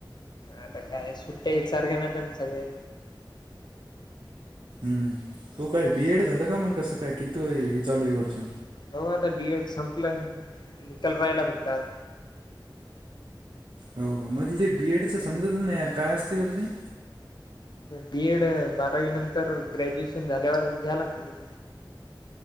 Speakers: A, on the left (about 60°); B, on the right (about 75°).
A: आता काय सुट्ट्या एक सारख्या नाहीत सगळ्यां
B: ह तु काय बीएड झालं का, मग कसं काय किती हे चालू आहे हे वर्ष?
A: हो आता बी एड संपलं, निकाल राहिला फक्त आता.
B: हो का. मला ते बीएडच समजत नाही यार काय असते बरं ते.
A: बीएड बारावी नंतर ग्रॅज्युएशन झाल्यावर घ्याला लागत ते. <inaudible>